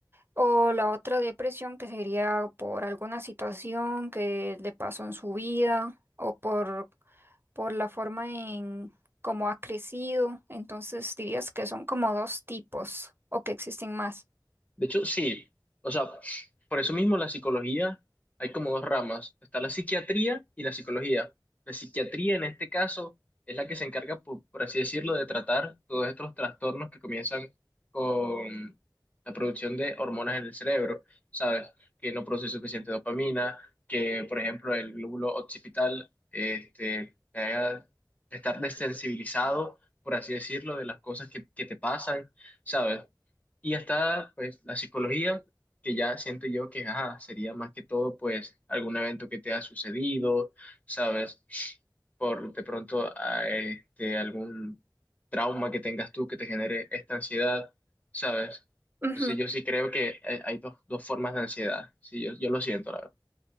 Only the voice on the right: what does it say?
o la otra depresión que sería por alguna situación que le pasó en su vida o por, por la forma en cómo ha crecido. Entonces, dirías que son como dos tipos o que existen más.
Ujú.